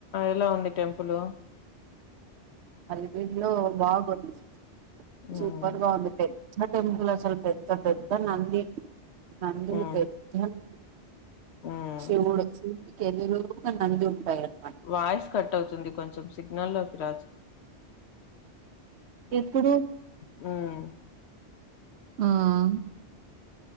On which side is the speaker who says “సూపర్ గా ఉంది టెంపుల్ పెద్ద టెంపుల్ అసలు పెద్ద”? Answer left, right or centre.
Right